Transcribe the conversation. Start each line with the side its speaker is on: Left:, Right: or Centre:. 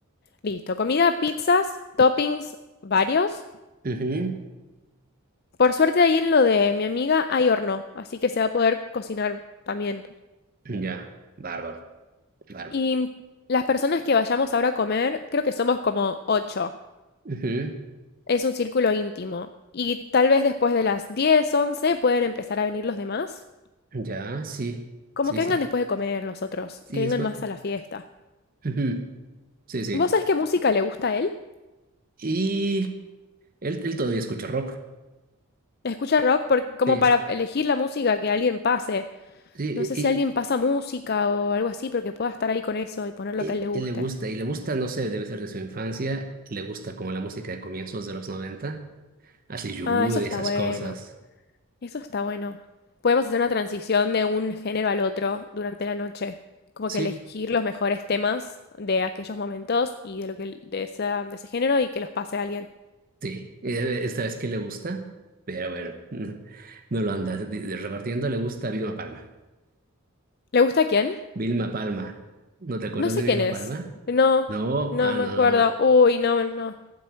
Left: Listo. Comida, pizzas, toppings, varios.
Right: Ujú,
Left: Por suerte ahí en lo de mi amiga hay horno, así que se va a poder cocinar también.
Right: Ya, bárbaro, bárbaro.
Left: Y las personas que vayamos ahora a comer, creo que somos como ocho.
Right: Ujú,
Left: Es un círculo íntimo. Y tal vez después de las 10, 11 pueden empezar a venir los demás.
Right: Ya, sí,
Left: Como
Right: sí,
Left: que
Right: sí,
Left: vengan después de comer los otros,
Right: sí,
Left: que vengan
Right: después.
Left: más a la fiesta.
Right: ujú, Sí, sí.
Left: ¿Vos sabés qué música le gusta a él?
Right: Y él, él todavía escucha rock.
Left: Escucha rock por- como
Right: Sí,
Left: para elegir la música que alguien pase.
Right: sí,
Left: No sé si alguien pasa música o algo así, pero que pueda estar ahí con eso y poner lo
Right: Él,
Left: que a él le guste.
Right: él le gusta, y le gusta, no sé, debe ser de su infancia, le gusta como la música de comienzos de los 90 así Yude,
Left: Ah, eso está
Right: esas
Left: bueno.
Right: cosas.
Left: Eso está bueno. Podemos hacer una transición de un género al otro durante la noche. Como
Right: Sí,
Left: que elegir los mejores temas de aquellos momentos y de lo que de esa- de ese género y que los pase a alguien.
Right: sí, eh, esta vez que le gusta, pero bueno, no, no lo anda di- di- repartiendo, le gusta Vilma Palma.
Left: ¿Le gusta a quién?
Right: Vilma Palma, ¿no te acuerdas
Left: No sé
Right: de Vilma
Left: quién es.
Right: Palma?
Left: No,
Right: No,
Left: no
Right: ah,
Left: me
Right: no.
Left: acuerdo. Uy, no, no.